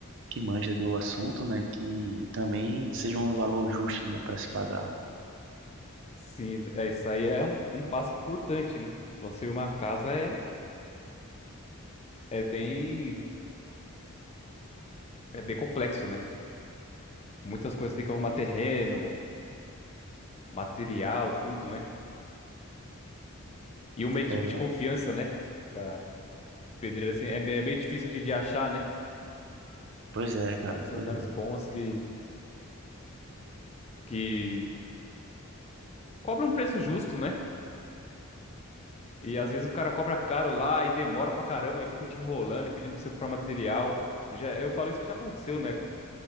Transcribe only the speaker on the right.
que manja do assunto, né? Que também
seja um valor justo, né, para se pagar.
É, ver-
pois é, cara,
pois é.